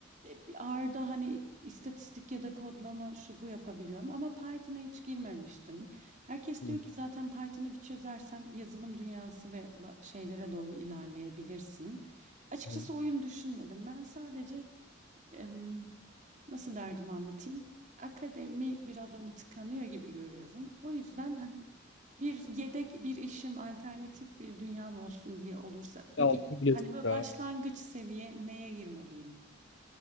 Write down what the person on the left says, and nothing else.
hı.
Hı hı.
altın bilezikler.